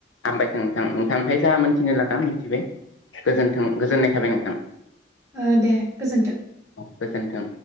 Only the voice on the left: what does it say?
हामबायसो नोंथां नोंथांनिफाय जा मोनथिनो लागा मोनथिबाय गोजोनथों गोजोननाय थाबाय नोंथां
औ गोजोन्थों